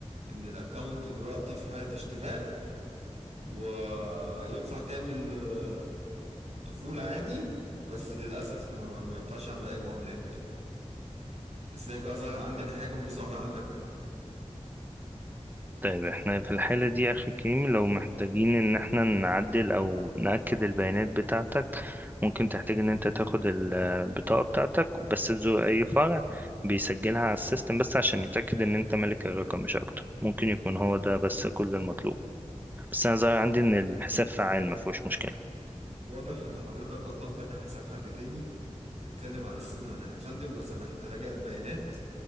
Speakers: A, on the right; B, on the right.
A: ان الاكونت دلوقتي في حالة اشتباه وينفع تعمل آه، دخول عادي بس للاسف ما ما ينفعش اعمل اي معاملات ازاي بقى ظاهر عندي انا حاجة ومش ظاهرة عندك
B: طيب احنا في الحالة دي يا اخي كريم لو محتاجين ان احنا نعدل او نأكد البيانات بتاعتك ممكن تحتاج ان انت تاخد البطاقة بتاعتك بس تزور اي فرع بيسجلها على السيستم بس عشان يتأكد ان انت مالك الرقم مش اكتر ممكن يكون هو ده بس كل المطلوب بس انا ظاهر عندي ان الحساب فعال ما فيهوش مشكله
A: واضح إن حضرتك أصلا فاتح حساب حد تاني وبتتكلم على السن وأنا يا فندم لو سمحت راجع البيانات